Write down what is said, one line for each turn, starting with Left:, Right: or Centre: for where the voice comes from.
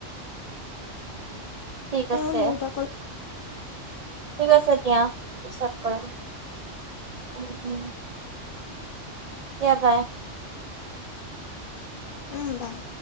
Right: ঠিক
Left: তেওঁ
Right: আছে
Left: দেউতাকলৈ।
Right: ঠিক আছে দিয়া পিছত কৰিম। উম উম। দিয়া বাই।
Left: উম বাই।